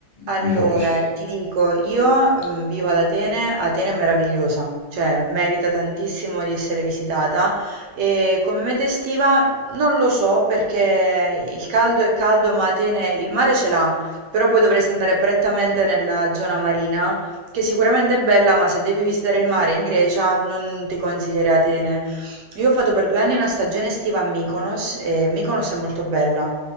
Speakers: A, on the right; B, on the left.
A: Allora,
B: mi fa piacere.
A: ti dico, io mm, vivo ad Atene, Atene è meravigliosa, cioè merita tantissimo di essere visitata e come meta estiva non lo so perché il caldo è caldo, ma Atene il mare ce l'ha, però poi dovresti andare prettamente nella zona marina, che sicuramente è bella, ma se devi visitare il mare in Grecia non ti consiglierei Atene. Io ho fatto per due anni una stagione estiva a Mykonos e Mykonos è molto bella.